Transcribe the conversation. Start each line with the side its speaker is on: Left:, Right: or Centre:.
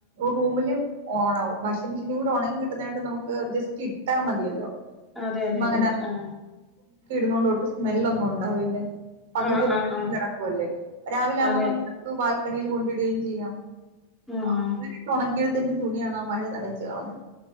Right: റൂമില് ഓണാവ വാഷിംഗ മെഷീനും കൂടി ഉണങ്ങി കിട്ടുന്നതണ്ട് നമുക്ക് ജസ്റ്റ് ഇട്ടാൽ മതിയല്ലോ
Centre: അതെ അതെ
Right: അങ്ങന
Centre: അതെ അതെ ആ
Right: ഇടുന്നണ്ട് ഒട്ടും സ്മെല്ലൊന്നും ഉണ്ടാവില്ലേ പകുതി
Centre: ആ
Right: <unintelligible>
Centre: ആ ആ
Right: കിടക്കുംല്ലേ രാവിലെ ആവുമ്പ
Centre: അതെ
Right: നമുക്ക്
Centre: അതെ
Right: കാൽക്കണിയിൽ കൊണ്ടിടുകയും ചെയ്യാം <unintelligible>
Centre: ആ ആ
Right: ഉണക്കെടുത്തി തുണിയാണ് ആ മഴ തനച്ച് കളഞ്ഞ